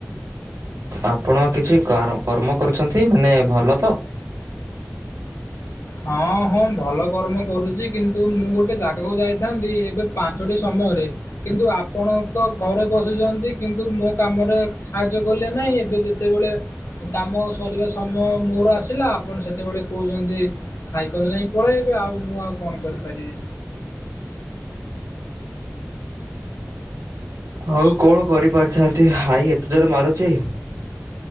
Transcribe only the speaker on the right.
ଆପଣ କିଛି କାର କର୍ମ କରୁଛନ୍ତି ମାନେ ଭଲ ତ?
ହଉ କଣ କରିପାରିଥାନ୍ତି ହାଇ ଏତେ ଜୋରେ ମାରୁଛି।